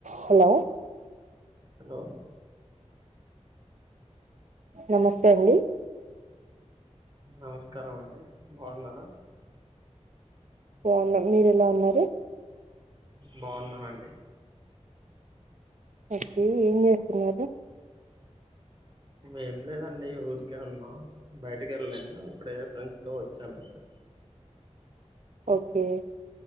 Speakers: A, on the right (about 80°); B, on the right (about 40°).
A: Hello
B: hello
A: నమస్తే అండి
B: నమస్కారం అండి బాగున్నారా
A: బాగున్నం మీరు ఎలా ఉన్నారు
B: బాగున్నానండి
A: ఓకే ఏం చేస్తున్నార్
B: ఏం లేదండి ఊరికే ఉన్నాం బయటకి వెళ్ళను ఇప్పుడే ఫ్రెండ్స్ తో వచ్చాను ఇప్పుడు
A: ఓకే